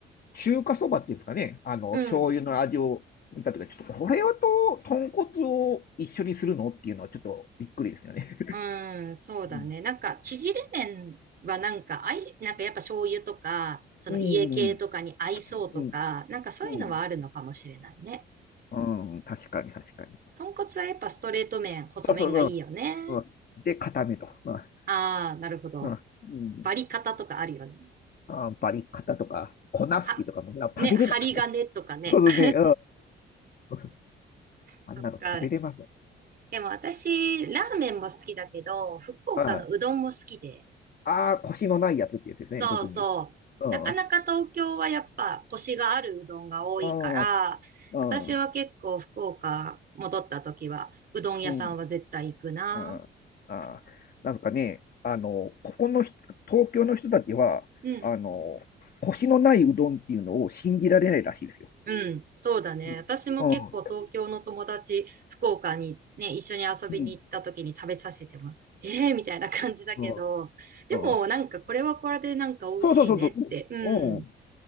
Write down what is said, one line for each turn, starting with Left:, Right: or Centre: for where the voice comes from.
Left: 中華そばっていうんですかね。あの、
Right: うん。
Left: 醤油の味を見たときは、ちょっとこれはと、豚骨を一緒にするのっていうのはちょっとびっくりですよね。
Right: うん、そうだね。
Left: うん、
Right: なんか、縮れ麺はなんか、あい、なんかやっぱ醤油とか、その家系とかに合いそうとか、
Left: うん、うん、
Right: なんかそういうのはあるのかもしれないね。
Left: うん、うん、確かに、確かに。
Right: 豚骨はやっぱストレート麺、細麺がいいよね。
Left: そうそう、うん。うんで、固めと。うん。
Right: ああ、なるほど。
Left: うん。うん
Right: バリ方とかあるよね。
Left: あー、バリカタとか、粉吹きとかもな食べれない。
Right: は、ね、針金とかね。
Left: そうですね。
Right: <laughs>
Left: うん。<laughs> あんなの食べれません。
Right: そっか。でも私、ラーメンも好きだけど、福岡のうどんも好きで。
Left: ああー、腰のないやつってやつですね、
Right: そうそう。
Left: 特に。うん。
Right: なかなか東京はやっぱコシがあるうどんが多いから、
Left: うん。うん。ああ
Right: 私は結構福岡戻った時は、うどん屋さんは絶対行くな。
Left: うん。ああ、あーなんかね、あの、ここの人東京の人たちは、
Right: うん。
Left: あの、腰のないうどんっていうのを信じられないらしいですよ。
Right: うん、そうだね。
Left: うん。
Right: 私も結構東京の友達、
Left: うん。
Right: 福岡にね、一緒に遊びに行った時に食べさせても、
Left: うん。
Right: ええみたいな感じだけど、
Left: うん。
Right: でもなんかこれはこれでなんか美味しいねって、
Left: うんそうそうそうそう。
Right: うん。
Left: うん。